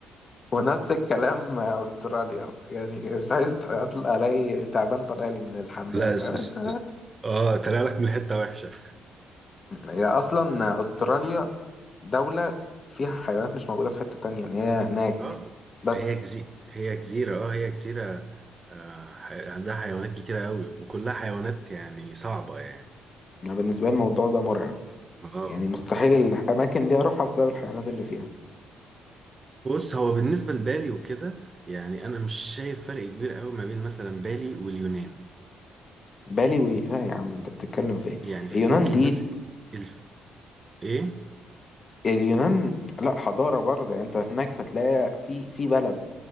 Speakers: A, on the left; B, on the right.
A: ونفس الكلام استراليا يعني مش عايز اطلع الاقي تعبان طالع لي من الحمام
B: لا
A: فاهم
B: اس...
A: انت
B: اس... اس... اه طلع لك من حتة وحشة
A: هي اصلا استراليا دولة فيها حيوانات مش موجودة في حتة تانية يعني هي هناك
B: اه
A: بس
B: هي جزي... هي جزيرة اه هي جزيرة آه حي- عندها حيوانات كتيرة قوي وكلها حيوانات يعني صعبة يعني
A: أنا بالنسبة لي الموضوع ده مرعب
B: اه
A: يعني مستحيل الأماكن دي أروحها بسبب الحيوانات اللي فيها
B: بص هو بالنسبة لبالي وكده يعني أنا مش شايف فرق كبير قوي ما بين مثلا بالي واليونان
A: بالي و... لا يا عم أنت بتتكلم في إيه
B: يعني في-
A: اليونان
B: ممكن
A: دي
B: بس الف... ايه
A: اليونان لا حضارة برضه يعني أنت هناك هتلاقي في في بلد